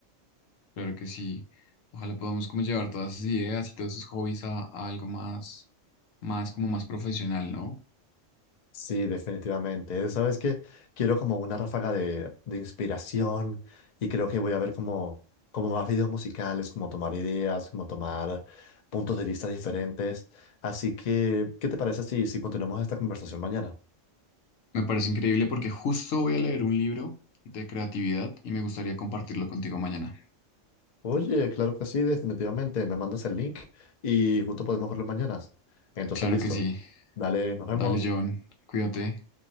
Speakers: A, on the left; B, on the left.
A: Claro que sí. Ojalá podamos como llevar todas esas ideas y todos esos hobbies a, a algo más, más como más profesional, ¿no?
B: Sí, definitivamente. Eh, ¿Sabes qué? Quiero como una ráfaga de, de inspiración y creo que voy a ver como, como más videos musicales, como tomar ideas, como tomar puntos de vista diferentes. Así que, ¿qué te parece si, si continuamos esta conversación mañana?
A: Me parece increíble porque justo voy a leer un libro de creatividad y me gustaría compartirlo contigo mañana.
B: Oye, claro que sí, definitivamente. Me mandas el link y juntos podemos verlo mañana. Entonces,
A: Claro
B: listo.
A: que sí.
B: Dale, nos vemos.
A: Dale, John. Cuídate.